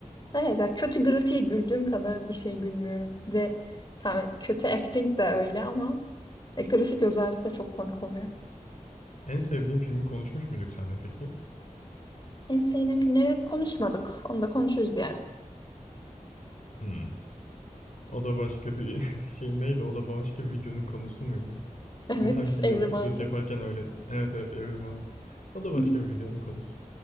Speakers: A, on the left (about 30°); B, on the left (about 65°).
A: Evet, ya kötü grafiğe güldüğüm kadar bir şey gülmüyorum. Ve tamam, kötü acting de öyle ama e, grafik özellikle çok komik oluyor.
B: En sevdiğin filmi konuşmuş muyduk seninle peki?
A: En sevdiğim filmleri konuşmadık. Onu da konuşuruz bir ara. <laughs>
B: Hmm. O da başka bir <laughs> şey neydi? O da başka bir videonun konusu muydu?
A: Evet,
B: Biri sanki YouTube
A: Evrim Ağacı.
B: videosu yaparken öyle. Evet evet evrim ağacı. O da başka
A: <laughs>
B: bir videonun konusu.